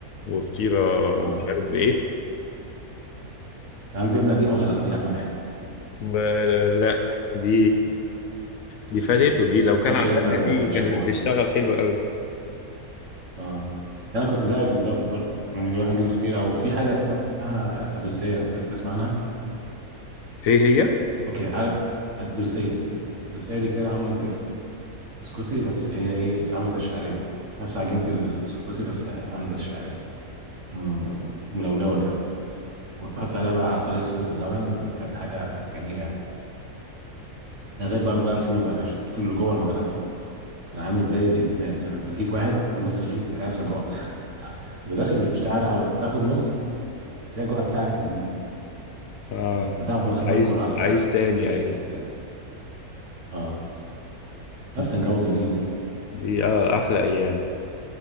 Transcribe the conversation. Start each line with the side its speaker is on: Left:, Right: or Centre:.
Left: وفطيرة
Right: اه
Left: مش عارف بإيه
Right: كان عنده جبنه قديمه ولا لا دي اهم حاجه ما
Left: ب- لا دي دي فاتته دي لو كان
Right: كانش
Left: عملها
Right: لسه
Left: دي
Right: اكتشفوها
Left: كانت هتشتغل حلو قوي
Right: اه يعني انا كنت زيك بالظبط برضه كنا بنروح نجيب فطير او في حاجه اسمها القدوسيه لو تسمع عنها
Left: هي هي
Right: اوكي عارف القدوسيه القدوسيه دي كده عامله زي الكسكسي بس هي ايه عامله زي الشعريه نفس عجينه الكسكسي بس عامله زي الشعريه م- ملولوه كده وتحط عليها بقى عسل اسود ولبن كانت حاجه جميله يعني ده غير بقى بقى الفول بقى يا باشا الفول اللي جوه المدرسه كان عامل زي الادمان فاهم انت تجيب واحد نص رغيف تلاقي نفسك جوعت <laughs> تبقى داخل مش جعان قوي تاخد نص تلاقي الجوع بتاعك يزيد
Left: آه
Right: فاهم انت فده مصروفك
Left: عايز
Right: كله على
Left: عايز تاني
Right: السندوتشين
Left: أيوه
Right: ثلاثه اه نفس جو
Left: دي
Right: جميل
Left: دي آه أحلى أيام